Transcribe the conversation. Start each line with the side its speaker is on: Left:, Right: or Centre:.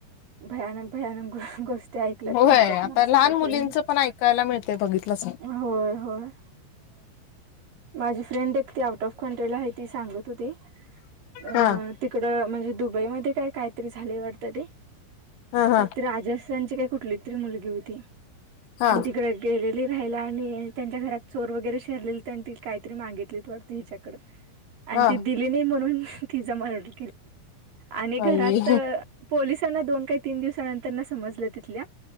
Right: भयानक भयानक गो गोष्टी ऐकल्यात
Left: होये
Right: त्यांच्या
Left: आता
Right: पण असं
Left: लहान
Right: काहीतरी
Left: मुलींच पण ऐकायला मिळत बघित बसा
Right: होय होय माझी फ्रेंड एक ती आउट ऑफ कंट्रीला आहे ती सांगत होती अ
Left: हा
Right: तिकड म्हणजे दुबईमध्ये काय काहीतरी झाली वाटतं ते
Left: हा हा
Right: ते राज त्यांची काय कुठली तरी मुलगी होती
Left: हा
Right: आणि तिकडे गेलेली राहिला आणि त्यांच्या घरात चोर वगैरे काहीतरी मागितली त हिच्याकड आणि
Left: हा
Right: ती दिली नाही म्हणून तिचा मरण आणि घरात
Left: आई
Right: पोलिसांना दोन काही तीन दिवसानंतर समजलं तिथल्या